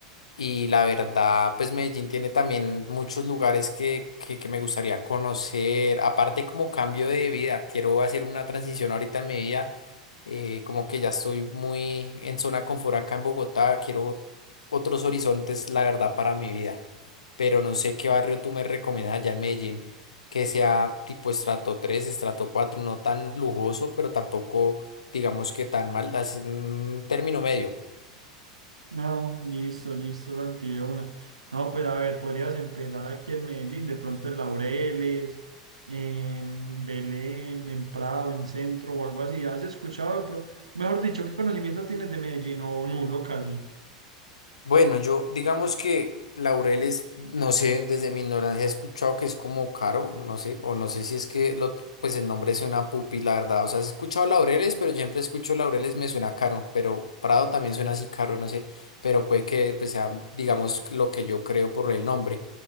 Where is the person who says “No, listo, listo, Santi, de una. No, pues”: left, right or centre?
Right